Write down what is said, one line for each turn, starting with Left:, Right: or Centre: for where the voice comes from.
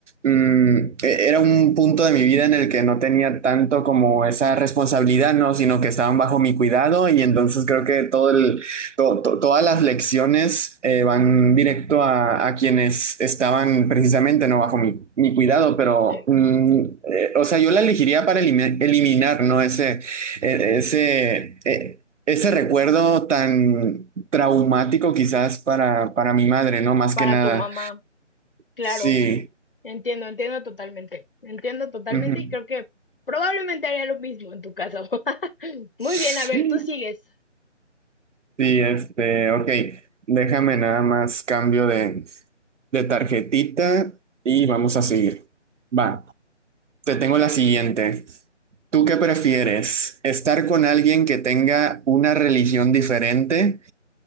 Right: mm, e- era un punto de mi vida en el que no tenía tanto como esa responsabilidad, ¿no? Sino que estaban bajo mi cuidado y entonces creo que todo el to- to- todas las lecciones eh, van directo a, a quienes estaban precisamente no bajo mi, mi cuidado, pero
Left: eh,
Right: mm, eh, o sea, yo la elegiría para elimi- eliminar, ¿no? Ese, eh, ese, eh, ese recuerdo tan traumático quizás para, para mi madre, ¿no? Más
Left: para
Right: que nada.
Left: tu mamá. Claro,
Right: Sí.
Left: entiendo, entiendo totalmente. Entiendo totalmente
Right: Ujú.
Left: y creo que probablemente haría lo mismo en tu caso. <laughs>
Right: Sí,
Left: Muy bien, a ver, tú sigues.
Right: este, ok. Déjame nada más cambio de, de tarjetita y vamos a seguir. Va. Te tengo la siguiente. ¿Tú qué prefieres? ¿Estar con alguien que tenga una religión diferente